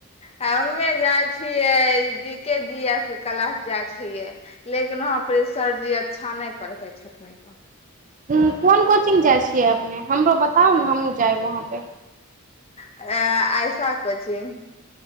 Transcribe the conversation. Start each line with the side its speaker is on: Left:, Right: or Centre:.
Left: हमे जा- छियै जी के जी आर के क्लास जाइ छियै लेकिन वहाँ पर सरजी अच्छा नहि पढ़बै छथिन
Right: उँ कोन कोचिंग जाइ छियै अपने हमरो बताउ ने हमहूँ जायब वहाँ पे
Left: अं ऐसा कोचिंग